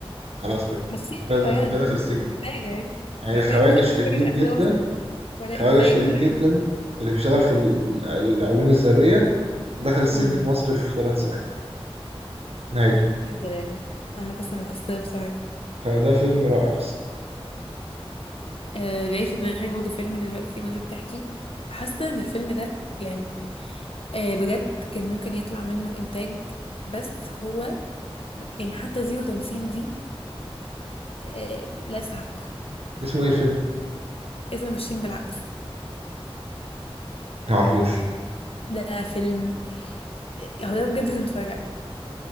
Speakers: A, on the right (about 75°); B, on the left (about 65°).
A: خلاص كده
B: بسيطة
A: وكده
B: يعني
A: وكده داخل السجن
B: مش محتاجة يعني
A: يعني
B: محتاجة
A: الخواجة
B: خ... مش
A: الشرير
B: محتاجة لا
A: جدا
B: إخراج ولا
A: الخواجة
B: إنتاج
A: الشرير
B: ولا
A: جدا
B: أي حاجة
A: اللي بيشتغل في ال- العلوم الذرية دخل السجن
B: امم
A: في مصر في ثلاث ثواني نهايته
B: يا سلام أما قصة مؤثرة بصحيح
A: فده فيلم رائع الصراحة
B: آه جاي في دماغي برضه فيلم دلوقتي وأنت بتحكي حاسة إن الفيلم ده يعني آه بجد كان ممكن يطلع منه إنتاج بس هو يعني حتى زيرو تمثيل دي آه لا يستحقها
A: اسمه ايه الفيلم؟
B: اسمه ماشيين بالعكس
A: معرفوش
B: ده فيلم آه، هو ده بجد اللي نتفرج عليه